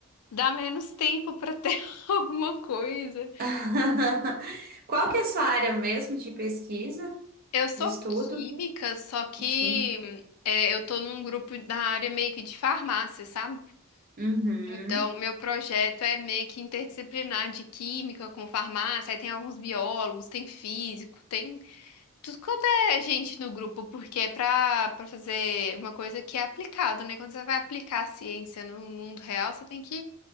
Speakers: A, on the left (about 75°); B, on the right (about 40°).
A: Dá menos tempo para ter <laughs> alguma coisa.
B: <laughs> Qual que é a sua área mesmo de pesquisa,
A: Eu sou
B: de estudo?
A: química, só que
B: Aqui.
A: é, eu tô num grupo da área meio que de farmácia, sabe?
B: Uhum.
A: Então, meu projeto é meio que interdisciplinar de química com farmácia. Aí tem alguns biólogos, tem físico, tem tudo quanto é gente no grupo, porque é pra, pra fazer uma coisa que é aplicado, né? Quando você vai aplicar a ciência no mundo real, você tem que